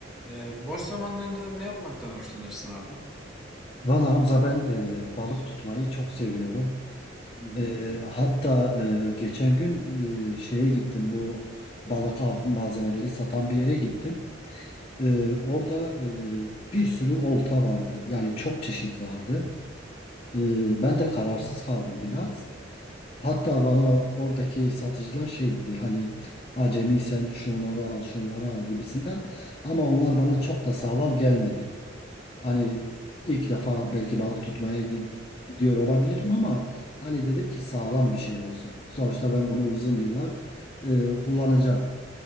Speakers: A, in the centre; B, on the left.
A: Ee, boş zamanlarında ne yapmaktan hoşlanırsın abi?
B: Valla Hamza ben e, balık tutmayı çok seviyorum.
A: Hmm.
B: E, hatta e, geçen gün e, şeye gittim bu balık av malzemeleri satan bir yere gittim. E, orada e, bir sürü olta vardı. Yani çok çeşit vardı. E, ben de kararsız kaldım biraz. Hatta bana oradaki satıcılar şey dedi hani acemi sen şunları al şunları al gibisinden ama onlar bana çok da sağlam gelmedi. Hani ilk defa belki balık tutmaya gid- gidiyor olabilirim ama hani dedim ki sağlam bir şey olsun. Sonuçta ben bunu uzun yıllar e, kullanacağım.